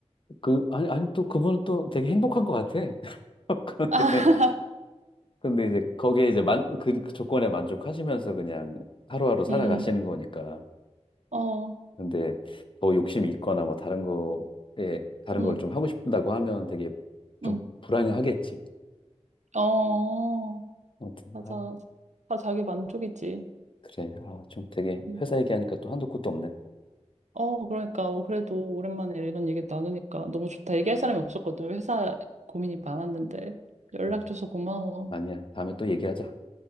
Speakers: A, on the left; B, on the right.
A: 그, 아니, 아니, 또 그분은 또 되게 행복한 것 같아. <laughs> 그런데,
B: 아, <laughs>
A: 근데 이제 거기에 이제 만, 그 그 조건에 만족하시면서 그냥 하루하루 살아가시는
B: 응,
A: 거니까.
B: 응. 어,
A: 근데 더 욕심이 있거나 뭐 다른 거에, 다른
B: 응,
A: 걸 좀 하고 싶다고 하면 되게 좀
B: 응.
A: 불안해하겠지.
B: 어,
A: 아무튼,
B: 맞아.
A: 아,
B: 다 자기 만족이지.
A: 그래. 아, 좀 되게
B: 음.
A: 회사 얘기하니까 또 한도 끝도 없네.
B: 어, 그러니까. 어, 그래도 오랜만에 이런 얘기 나누니까 너무 좋다. 얘기할 사람이 없었거든. 회사 고민이 많았는데. 연락
A: 그래.
B: 줘서 고마워.
A: 아니야. 다음에 또 얘기하자.